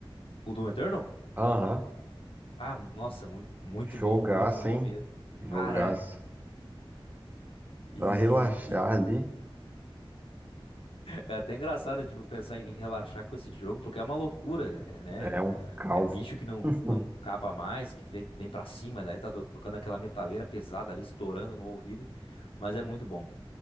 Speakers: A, on the left (about 75°); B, on the right (about 20°).
A: O Doom Eternal?
B: Aham.
A: Ah, nossa, muito, muito
B: Jogaço,
A: bom, muito bom
B: hein?
A: mesmo.
B: Jogaço.
A: Cara, e,
B: Pra relaxar ali,
A: É até engraçado, tipo, pensar em relaxar com esse jogo, porque é uma loucura, é, né?
B: é um caos.
A: É bicho que não,
B: <laughs>
A: não caba mais, que vem, vem pra cima, daí tá tocando aquela metaleira pesada ali, estourando no ouvido. Mas é muito bom,